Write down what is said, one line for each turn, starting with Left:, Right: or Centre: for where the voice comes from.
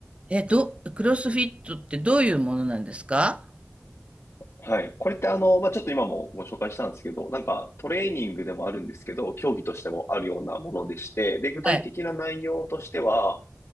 Right: え、ど、クロスフィットってどういうものなんですか
Left: はい。これってあの、まあちょっと今もご紹介したんですけど、なんかトレーニングでもあるんですけど、競技としてもあるようなものでして、で、具体的な内容としては、
Right: はい。